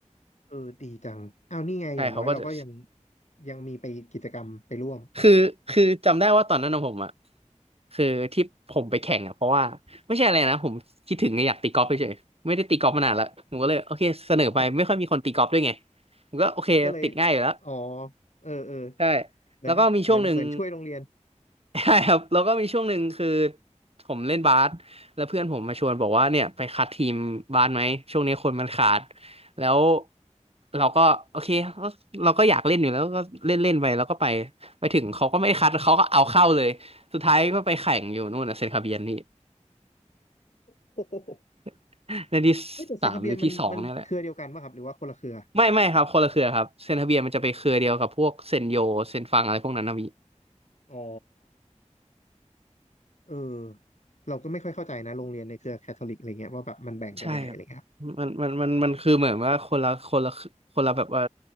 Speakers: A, on the left (about 65°); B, on the right (about 50°).
A: เออดีจังอ้าวนี่ไงอย่างน้อยเราก็ยัง
B: ใช่เขาก็จะ
A: ยังมีไปกิจกรรมไปร่วม
B: คือคือจำได้ว่าตอนนั้นของผมอ่ะคือที่ผมไปแข่งอ่ะเพราะว่าไม่ใช่อะไรนะผมคิดถึงไงอยากตีกอล์ฟเฉยๆไม่ได้ตีกอล์ฟมานานละผมก็เลยโอเคเสนอไปไม่ค่อยมีคนตีกอล์ฟด้วยไง
A: อ๋อ
B: ผมก็โอเคติดง่ายอยู่แล้ว
A: ก็เลยอ๋อเออเออ
B: ใช่
A: เหมือนเหมือนเหมือนช่วยโรงเรียน
B: แล้วก็มีช่วงหนึ่ง <laughs> ใช่ครับแล้วก็มีช่วงหนึ่งคือผมเล่นบาสแล้วเพื่อนผมมาชวนบอกว่าเนี่ยไปคัดทีมบาสไหมช่วงนี้คนมันขาด
A: ครับ
B: แล้วเราก็โอเคก็เราก็อยากเล่นอยู่แล้วก็เล่นเล่นไปแล้วก็ไปไปถึงเขาก็ไม่ได้คัดเขาก็เอาเข้าเลยสุดท้ายก็ไปแข่งอยู่นู่นนะเซนต์คาเบียนนี่
A: <laughs> โอ้โห
B: <laughs> ในที่สามหรือที่สองเนี่ยแหละ
A: เฮ้ยแต่ไซคาเบียนมันมันเครือเดียวกันป่ะครับหรือว่าคนละเครือ
B: ไม่ไม่ครับคนละเครือครับเซนต์คาเบียนมันจะไปเครือเดียวกับพวกเซนโยเซนฟังอะไรพวกนั้นนะ
A: อ๋อเออเราก็ไม่ค่อยเข้าใจนะโรงเรียนในเครือแคทอลิกอะไรเงี้ยว่าแบบมันแบ่งกันยังไงอะไรเงี้ยครับ
B: ใช่ครับมันมันมันมันคือเหมือนว่าคนละคนละคนละแบบว่า